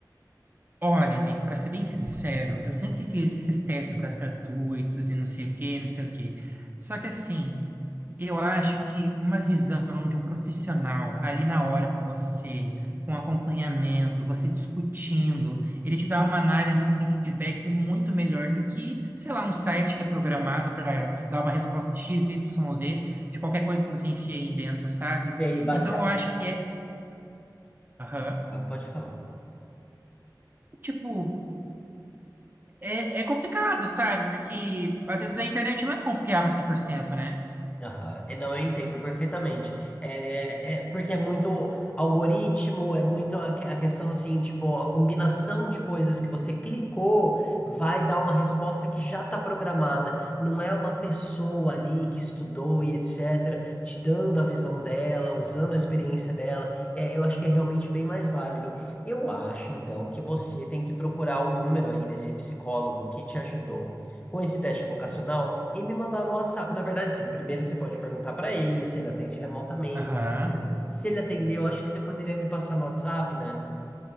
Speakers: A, on the right (about 25°); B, on the left (about 15°).
A: Olha, amigo, para ser bem sincero, eu sempre fiz esses testes gratuitos e não sei o quê, não sei o quê. Só que assim, eu acho que uma visão de um profissional ali na hora com você, com acompanhamento, você discutindo, ele te dá uma análise, um feedback muito melhor do que, sei lá, um site que é programado para dar uma resposta X, Y, Z de qualquer coisa que você enfia aí dentro, sabe?
B: E aí, baseado...
A: Então eu acho que é, aham.
B: Ah, Pode falar.
A: tipo É, é complicado, sabe? Porque às vezes a internet não é confiável cem por cento, né?
B: Aham. E Não, eu entendo perfeitamente. É, é porque é muito algoritmo, é muito a, que- a questão assim, tipo, a combinação de coisas que você clicou vai dar uma resposta que já está programada. Não é uma pessoa ali que estudou e etc., te dando a visão dela, usando a experiência dela. É, eu acho que é realmente bem mais válido. Eu acho, então, que você tem que procurar o número aí desse psicólogo que te ajudou com esse teste vocacional e me mandar no WhatsApp. Na verdade, sim, primeiro você pode perguntar para ele se ele atende remotamente.
A: Aham.
B: Se ele atendeu, acho que você poderia me passar no WhatsApp, né?